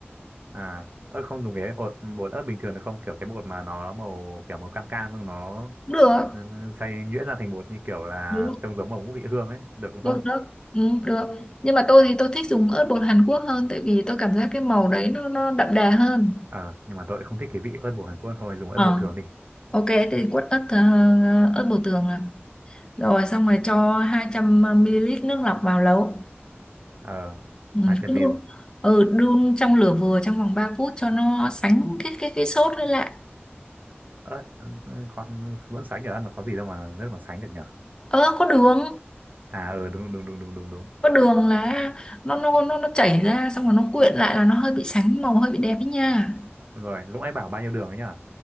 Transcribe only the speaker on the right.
à ớt không dùng cái bột bột ớt bình thường được không? Kiểu cái bột mà nó màu kiểu màu cam cam nhưng nó
ừ, xay nhuyễn ra thành bột như kiểu là
trông giống màu ngũ vị hương ấy, được
không?
ờ nhưng mà tôi lại không thích cái vị ớt bột Hàn Quốc thôi dùng ớt
bột thường đi
ờ
hai trăm
mêu
ớt ừ, con vẫn sánh được ăn là có gì đâu mà nước mà sánh được nhở
à ừ đúng đúng đúng đúng đúng đúng
rồi lúc nãy bảo bao nhiêu đường ấy nhở